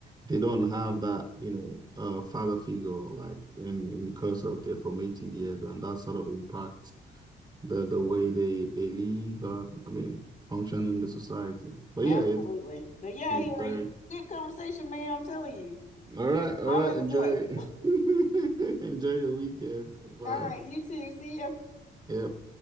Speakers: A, on the right; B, on the left.
A: they don't have that, you know, uh, father figure like in, in the course of their formative years, and that sort of impacts the the way they they live and I mean function in the society. But
B: Absolutely,
A: yeah, it's
B: but yeah,
A: very
B: here good conversation, man. I'm telling you.
A: All right, all
B: Always
A: right. Enjoy,
B: a joy.
A: <laughs> enjoy your weekend. Bye.
B: All right, you too. See ya.
A: Yep.